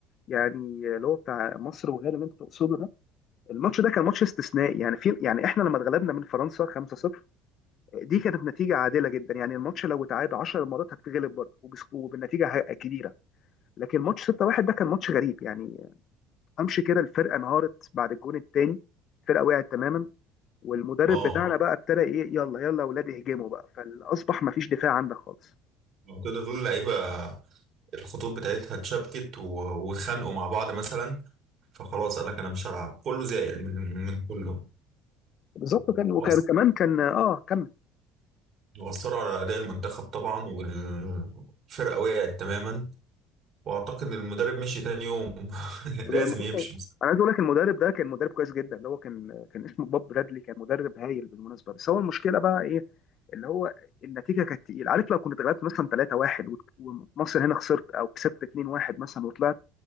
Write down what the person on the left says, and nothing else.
يعني اللي هو بتاع مصر وغانا اللي انت تقصده ده الماتش ده كان ماتش استثنائي يعني في يعني احنا لما اتغلبنا من فرنسا 5-0 دي كانت نتيجه عادله جدا يعني الماتش لو اتعاد 10 مرات هتتغلب برضه وبس- وبالنتيجه ه- كبيره لكن ماتش 6-1 ده كان ماتش غريب يعني امشي كده الفرقه انهارت بعد الجون الثاني الفرقه وقعت تماما والمدرب
بتاعنا بقى ابتدى ايه يلا يلا يا اولاد اهجموا بقى فاصبح ما فيش دفاع عندك خالص
بالظبط كان وكان
كمان كان اه كمل
ده ما هو-
انا عايز اقول لك المدرب ده كان مدرب كويس جدا اللي هو كان كان اسمه بوب برادلي كان مدرب هايل بالمناسبه بس هو المشكله بقى ايه اللي هو النتيجه كانت تقيله عارف لو كنت اتغلبت مثلا 3-1 وت- ومصر هنا خسرت او كسبت 2-1 مثلا وطلعت